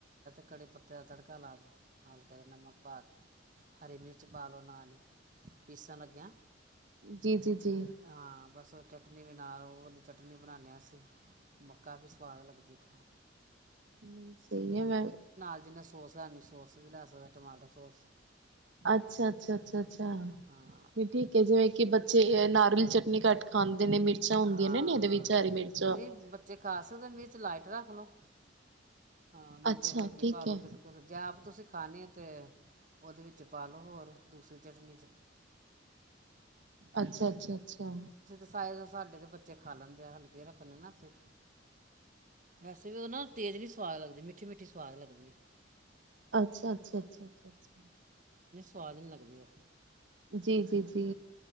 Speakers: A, on the right; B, on the right.
A: ਕੜੀ ਪੱਤੇ ਦਾ ਤੜਕਾ ਲਾ ਦਿਉ ਹਲਕਾ ਦੇ ਨਮਕ ਪਾ ਕੇ ਹਰੀ ਮਿਰਚ ਪਾ ਲਓ ਨਾਲ ਹੀ ਪੀਸਾਂ ਲੱਗਿਆ
B: ਜੀ ਜੀ ਜੀ
A: ਹਾਂ ਬਸ ਚਟਨੀ ਵੀ ਨਾਲ ਉਹ ਵਾਲੀ ਚਟਨੀ ਬਣਾਉਦੇ ਹਾਂ ਅਸੀਂ ਕਾਫ਼ੀ ਸਵਾਦ ਲੱਗਦੀ ਖਾਣ
B: ਨਹੀਂ ਸਹੀ ਹੈ ਮੈਂ
A: ਜਨਾ ਸੋਸ ਲ ਸੋਸ ਵੀ ਲੈ ਸਕਦਾ ਟਮਾਟਰ ਸੋਸ
B: ਅੱਛਾ ਅੱਛਾ ਅੱਛਾ ਅੱਛਾ
A: ਹਾਂ
B: ਵੀ ਠੀਕ ਹੈ ਜਿਵੇਂ ਕਿ ਬੱਚੇ ਨਾ ਚਟਨੀ ਘੱਟ ਖਾਂਦੇ ਨੇ ਮਿਰਚਾਂ ਹੁੰਦੀਆਂ
A: ਹਾਂ
B: ਨੇ ਇਹਦੇ
A: ਹਾਂ
B: ਵਿੱਚ ਹਰੀ ਮਿਰਚ
A: ਨਹੀਂ ਬੱਚੇ ਖਾ ਸਕਦੇ ਮਿਰਚ ਲਾਈਟ ਰੱਖ ਲਓ ਹਾਂ ਮਿਰਚ
B: ਅੱਛਾ
A: ਹਲਕੀ
B: ਠੀਕ
A: ਪਾ ਲੋਓ
B: ਹੈ
A: ਬਿਲਕੁਲ ਜੇ ਆਪ ਤੁਸੀਂ ਖਾਂਣੇ ਹੋ ਅਤੇ ਉਹਦੇ ਵਿੱਚ ਪਾ ਲਓ ਹੋਰ ਦੂਸਰੀ ਚਟਨੀ '
B: ਅੱਛਾ ਅੱਛਾ ਅੱਛਾ
A: ਸਾਰੇ ਸਾਡੇ ਤਾਂ ਬੱਚੇ ਖਾ ਲੈਂਦੇ ਆ ਹਲਕੇ ਰੱਖਣੇ ਨਾ ਅਸੀਂ ਵੈਸੇ ਵੀ ਉਹ ਨਾ ਤੇਜ਼ ਨੀ ਸਵਾਦ ਲੱਗਦੀ ਮਿੱਠੀ ਮਿੱਠੀ ਸਵਾਦ ਲੱਗਦੀ ਆ
B: ਅੱਛਾ ਅੱਛਾ ਅੱਛਾ ਅੱਛ ਅੱਛ
A: ਸੁਆਦ ਨਹੀਂ ਲੱਗਦੇ ਆ
B: ਜੀ ਜੀ ਜੀ